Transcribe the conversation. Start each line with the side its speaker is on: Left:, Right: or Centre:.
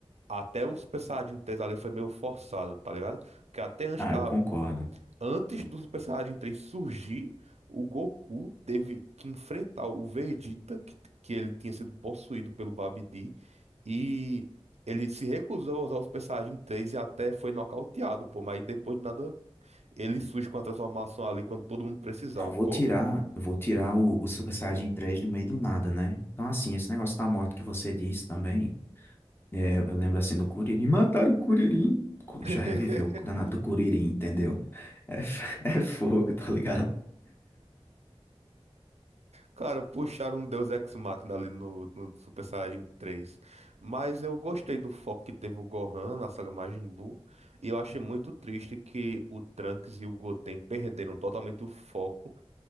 Right: até o Super Saiyajin 3 ali foi meio forçado, tá ligado? Porque até antes
Left: ah,
Right: da,
Left: eu concordo.
Right: Antes do Super Saiyajin 3 surgir, o Goku teve que enfrentar o Vegeta, que, que ele tinha sido possuído pelo Babidi, e ele se recusou a usar o Super Saiyajin 3 e até foi nocauteado, pô, mas depois de nada, ele surge com a transformação ali quando todo mundo precisava,
Left: Não, vou
Right: pô.
Left: tirar, eu vou tirar o, o Super Saiyajin 3 do meio do nada, né? Então, assim, esse negócio da morte que você disse também, é, eu lembro assim do Kuririn, mataram o Kuririn, Co-
Right: <laughs>
Left: já reviveu o danado do Kuririn, entendeu? É, f- <laughs> é fogo, tá ligado?
Right: Cara, puxaram um Deus Ex Machina ali no, no Super Saiyajin 3. Mas eu gostei do foco que teve o Gohan na saga Majin Buu. E eu achei muito triste que o Trunks e o Goten perderam totalmente o foco.